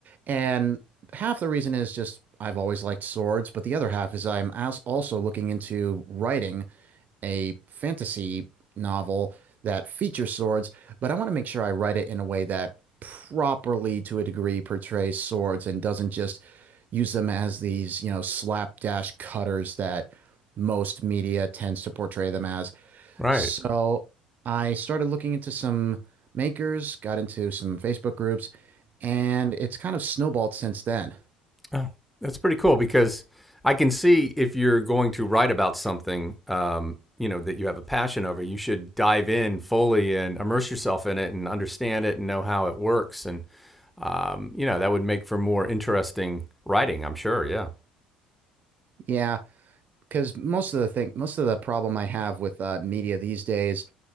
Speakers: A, on the right; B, in the centre.
A: And half the reason is just I've always liked swords, but the other half is I'm also looking into writing a fantasy novel that features swords, but I want to make sure I write it in a way that properly, to a degree, portrays swords and doesn't just use them as these, you know, slapdash cutters that most media tends to portray them as.
B: Right.
A: So I started looking into some makers, got into some Facebook groups, and it's kind of snowballed since then.
B: Oh, that's pretty cool because I can see if you're going to write about something, um, you know, that you have a passion over, you should dive in fully and immerse yourself in it and understand it and know how it works. And, um, you know, that would make for more interesting writing, I'm sure. Yeah.
A: Yeah, because most of the thing, most of the problem I have with uh, media these days,